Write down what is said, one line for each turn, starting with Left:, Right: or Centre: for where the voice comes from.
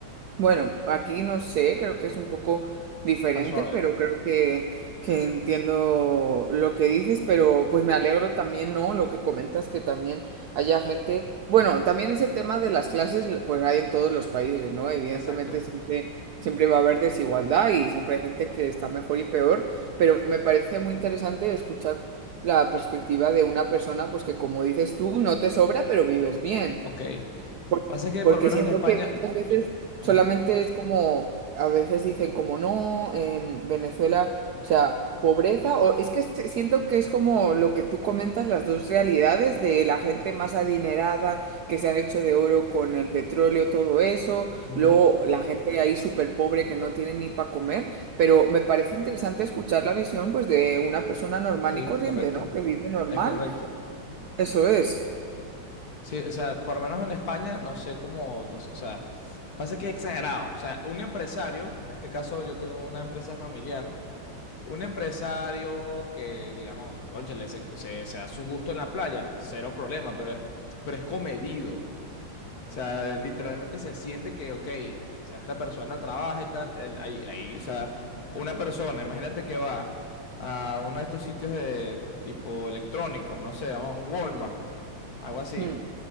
Right: Bueno, aquí no sé, creo que es un poco diferente,
Left: más suave,
Right: pero creo que, que entiendo lo que dices, pero pues me alegro también, ¿no? Lo que comentas que también haya gente, bueno, también ese tema de las clases, pues hay en todos los países, ¿no? Evidentemente
Left: exacto.
Right: siempre, siempre va a haber desigualdad y siempre hay gente que está mejor y peor, pero me parece muy interesante escuchar la perspectiva de una persona, pues que como dices tú, no te sobra, pero vives bien.
Left: Ok.
Right: Por-
Left: Pasa que
Right: Porque
Left: por lo menos
Right: siento
Left: en España.
Right: que muchas veces
Left: yo-
Right: solamente
Left: Ujú,
Right: es como, a veces dicen como no, en Venezuela, o sea, pobreza, o es que se- siento que es como lo que tú comentas, las dos realidades de la gente más adinerada que se han hecho de oro con el petróleo, todo eso,
Left: ujú,
Right: luego la gente ahí súper pobre que no tiene ni para comer, pero me parece interesante escuchar la visión pues de una persona normal
Left: Sí,
Right: y corriente,
Left: correcto.
Right: ¿no? Que vive normal,
Left: Es correcto.
Right: eso es.
Left: Sí, o sea, por lo menos en España, no sé cómo, no sé, o sea, pasa que es exagerado. O sea, un empresario, en este caso yo tengo una empresa familiar, un empresario que, digamos, cónchale, se, se, se da su gusto en la playa, cero problema, pero es, pero es comedido. O sea, literalmente se siente que, ok, o sea, esta persona trabaja y tal, el- ahí, ahí, o sea, una persona, imagínate que va a uno de estos sitios de tipo electrónicos, no sé, a un Walmart, algo así
Right: Mm,